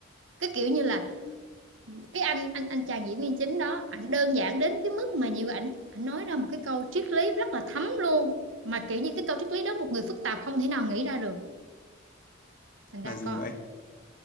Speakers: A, on the right (about 80°); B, on the left (about 45°).
A: cái kiểu như là cái anh anh anh chàng diễn viên chính đó ảnh đơn giản đến cái mức mà nhiều ảnh ảnh nói ra một cái câu triết lý rất là thấm luôn mà kiểu như cái câu triết lý đó một người phức tạp không thể nào nghĩ ra được thành ra
B: là gì
A: con
B: vậy